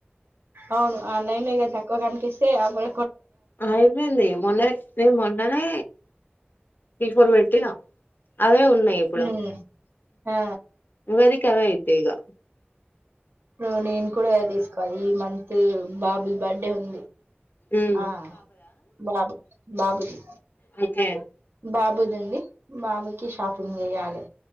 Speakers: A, on the right; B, on the left.
A: అవును ఆ ఆన్లైన్లో ఇగ తక్కువ క్కువ కనిపిస్తే ఆగ్గువ
B: అయిపోయింది. మొన్న మేం మొన్ననే త్రీ ఫోర్ పెట్టిన అవే ఉన్నాయి ఇప్పుడు
A: ఉమ్ ఆ
B: ఉగాది కి అవి అయితే ఇగా
A: అవునేమ్ కూడా తీసుకయి మం తేమ్ బాబుది బర్డే ఉంది.
B: ఉమ్.
A: ఆ బాబు బాబుది
B: అయితే
A: బాబుదండి. బాబుకి షాపింగ్ జేయాలి.